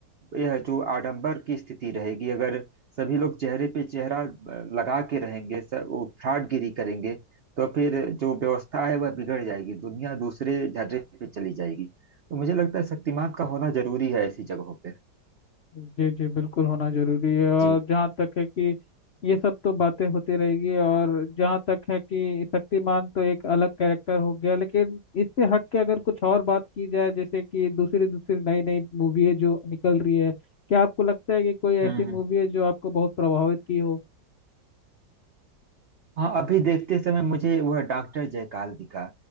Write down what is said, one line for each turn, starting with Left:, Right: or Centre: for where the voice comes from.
Right: यह जो आडंबर की स्थिति रहेगी अगर सभी लोग चेहरे पे चेहरा अ, लगा के रहेंगे सब वो फ्रॉडगिरी करेंगे तो फिर जो व्यवस्था है वह बिगड़ जाएगी दुनिया दूसरे झर्रे पे चली जाएगी तो मुझे लगता है शक्तिमान का होना जरूरी है ऐसी जगहों पे
Left: जी जी बिल्कुल होना जरूरी है और
Right: जी
Left: जहाँ तक है कि ये सब तो बातें होती रहेगी और जहाँ तक है कि शक्तिमान तो एक अलग कैरेक्टर हो गया लेकिन इससे हट के अगर कुछ और बात की जाए जैसे कि दूसरी दूसरी नई नई मूवी है जो निकल रही है क्या आपको लगता है कि कोई
Right: हम्म
Left: ऐसी मूवी है जो आपको बहुत प्रभावित की हो
Right: हाँ अभी देखते समय मुझे वह डॉक्टर जयकाल दिखा